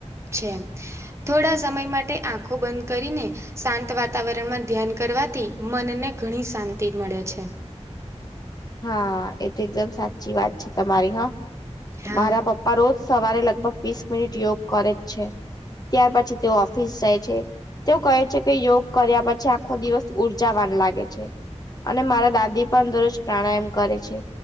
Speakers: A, on the right; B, on the left.
A: છે. થોડા સમય માટે આંખો બંધ કરીને. શાંત વાતાવરણમાં ધ્યાન કરવાથી મનને ઘણી શાંતિ મળે છે.
B: હા એ તો એકદમ સાચી વાત છે તમારી હા
A: હા
B: મારા પપ્પા રોજ સવારે લગભગ વીસ મિનિટ યોગ કરે જ છે ત્યાર પછી તેઓ ઓફિસ જાય છે. તેઓ કહે છે કે યોગ કર્યા પછી આખો દિવસ ઉર્જાવાન લાગે છે. અને મારા દાદી પણ દરરોજ પ્રાણાયામ કરે છે